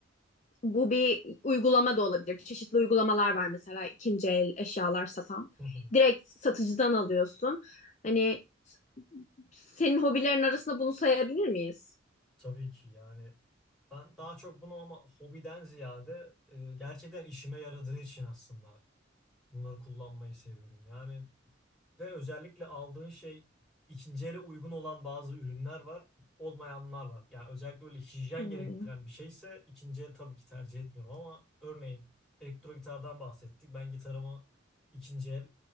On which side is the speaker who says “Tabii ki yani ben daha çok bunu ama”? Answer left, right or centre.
Centre